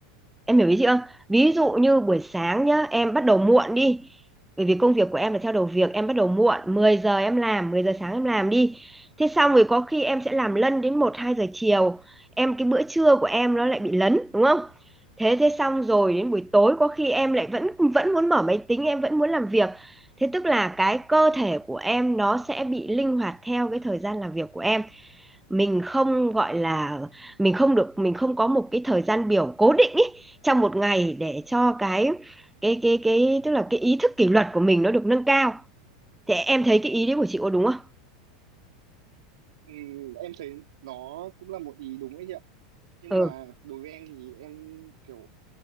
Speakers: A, in the centre; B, on the right.
A: Em hiểu ý chị không? Ví dụ như buổi sáng nhá, em bắt đầu muộn đi. Bởi vì công việc của em là theo đầu việc, em bắt đầu muộn, 10 giờ em làm, 10 giờ sáng em làm đi. Thế xong rồi có khi em sẽ làm lân đến một 2 giờ chiều. Em cái bữa trưa của em nó lại bị lấn, đúng không? Thế thế xong rồi đến buổi tối có khi em lại vẫn vẫn muốn mở máy tính, em vẫn muốn làm việc. Thế tức là cái cơ thể của em nó sẽ bị linh hoạt theo cái thời gian làm việc của em mình không gọi là mình không được mình không có một cái thời gian biểu cố định ý, trong một ngày để cho cái cái cái cái tức là cái ý thức kỷ luật của mình nó được nâng cao thế em thấy cái ý đấy của chị có đúng không
B: Ừm, em thấy nó cũng là một ý đúng ấy chị ạ nhưng
A: ừ
B: mà đối với em thì em kiểu